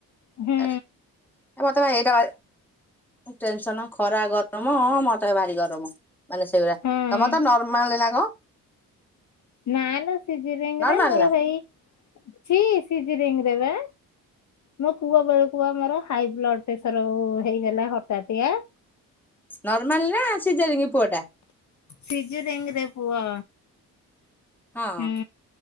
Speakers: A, on the left; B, in the centre.
A: ହୁଁ
B: ଏ ମତେ ଏଇଟା ବା ଟେନ୍ ସନ ଖରା ଗରମ ମତେ ଭାରି ଗରମ‌। ମାନେ ସେଉରା
A: ହଁ
B: ତମ ତ ନର୍ମାଲ ହେଲା କଁ
A: ନା ନା ସିଜିରିଙ୍ଗିରେ
B: ନର୍ମାଲ
A: ମୋର
B: ନା?
A: ହେଇ ଛି ସିଜିରିଙ୍ଗରେ ବେ। ମୋ ପୁଅ ବେଳୁକୁ ପା ମୋର ହାଇ ବ୍ଲଡ୍ ପ୍ରେସର ହେଇଗଲା ହଠାତିଆ। <inaudible>
B: ନର୍ମାଲ୍ ନା ସିଝରଙ୍ଗ୍ ପୁଅ ଟା?
A: ସିଜରିଙ୍ଗ୍ ରେ ପୁଅ।
B: ହଁ
A: ହୁଁ